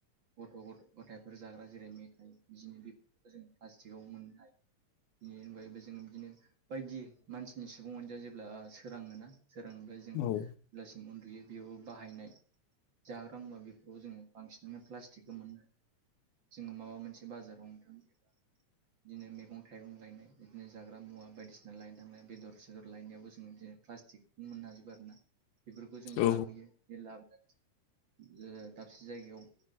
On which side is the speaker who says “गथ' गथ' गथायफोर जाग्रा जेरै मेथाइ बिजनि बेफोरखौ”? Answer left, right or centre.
Right